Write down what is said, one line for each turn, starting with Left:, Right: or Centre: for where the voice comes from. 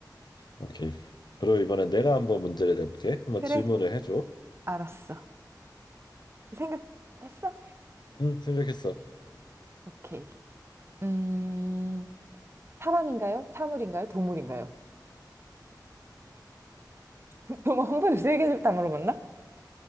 Left: 오케이. 그리고 이번에 내가 한번 문제를 내볼게. 한번
Right: 그래,
Left: 질문을 해줘.
Right: 알았어. 생각했어?
Left: 응 생각했어.
Right: 오케이. 음, 사람인가요? 사물인가요? 동물인가요? <laughs> 너무 흥분을 세 개를 다 물어봤나?